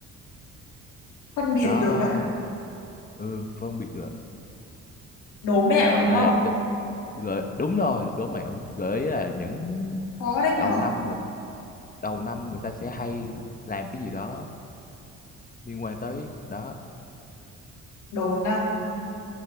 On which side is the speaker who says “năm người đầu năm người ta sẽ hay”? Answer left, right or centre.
Left